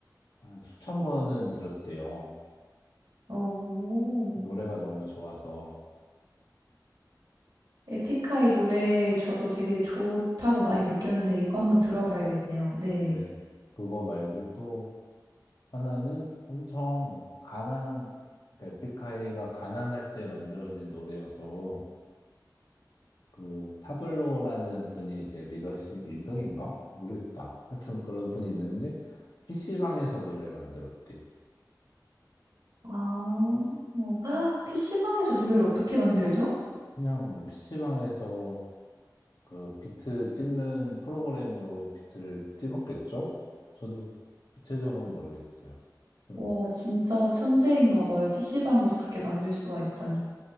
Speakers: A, on the left; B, on the right.
A: 한 수천 번은 들었대요.
B: 오.
A: 노래가 너무 좋아서.
B: 에픽하이 노래 저도 되게 좋다고 많이 느꼈는데 이거 한번 들어봐야겠네요. 네.
A: 근데 그거 말고 또 하나는 엄청 가난, 그러니까 에픽하이가 가난할 때 만들어진 노래여서 그 타블로라는 분이 이제 리더십 1등인가? 모르겠다. 하여튼 그런 분이 있는데 PC방에서 노래를 만들었대요.
B: 아, 아, PC방에서 노래를 어떻게 만들죠?
A: 그냥 뭐 PC방에서 그 비트 찍는 프로그램으로 비트를 찍었겠죠? 저도 구체적은 모르겠어요. 아무튼
B: 와,
A: 뭐,
B: 진짜 천재인가 봐요. PC방에서 그렇게 만들 수가 있다니.